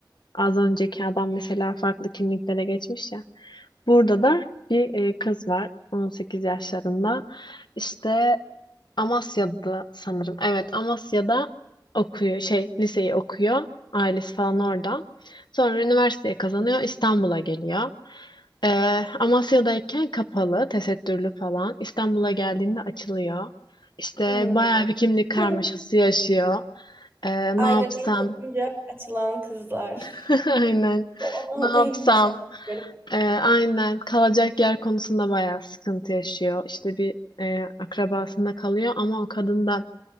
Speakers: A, on the left (about 70°); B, on the right (about 30°).
A: az önceki adam mesela farklı kimliklere geçmiş ya. Burada da bir e, kız var 18 yaşlarında. İşte Amasya'da sanırım. Evet, Amasya'da okuyor, şey liseyi okuyor. Ailesi falan orada. Sonra üniversiteye kazanıyor, İstanbul'a geliyor. Ee, Amasya'dayken kapalı, tesettürlü falan. İstanbul'a geldiğinde açılıyor. İşte
B: Hmm.
A: bayağı bir kimlik
B: <laughs>
A: karmaşası yaşıyor. Ee,
B: Aileden
A: ne yapsam?
B: kopunca açılan kızlar.
A: <laughs> Aynen.
B: O
A: Ne yapsam?
B: değilmiş. hakikaten.
A: Ee, aynen. Kalacak yer konusunda bayağı sıkıntı yaşıyor. İşte bir e, akrabasında kalıyor ama o kadın da